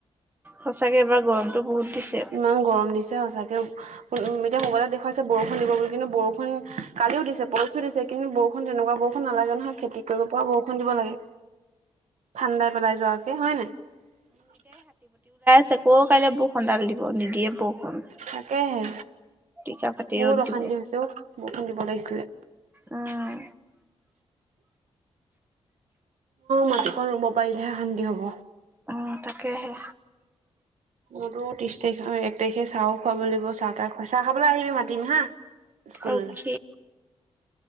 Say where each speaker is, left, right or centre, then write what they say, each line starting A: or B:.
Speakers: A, on the right (about 15°); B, on the right (about 75°).
A: সঁচাকে এবাৰ গৰমটো বহুত। দিছে।
B: ইমান গৰম দিছে সচাকে। উম এতিয়া মোবাইলত দেখুৱাইছে বৰষুণ দিব বুলি কিন্তু বৰষুণ কালি ও দিছে পৰহিও দিছে কিন্তু বৰষুণ এনেকুৱা বৰষুণ নালাগে নহয় খেতি কৰিব পৰা বৰষুণ দিব লাগে ঠাণ্ডাই পেলাই যোৱাকে হয় নাই
A: চকৌ কাইলে বৰষুণণ্ডাল দিব নিদিয়ে বৰষুণ
B: তাকেহে
A: টিকা ফাটি
B: বহুত
A: ৰ'দ
B: অশান্তি
A: দিব
B: হৈছে অ বৰষুণ দিব লাগিছিলে
A: উম
B: মাটিকণ অ ৰুব পাৰিলেহে শান্তি হ'ব
A: উম তাকেহে
B: উম <inaudible> মই তো ত্ৰিশ তাৰিখ এক তাৰিখে চাহও খুৱাব লাগিব চাহ তাহ খুৱ চাহ খাবলৈ আহিবি মাতিম হা স্কুল
A: ৰখি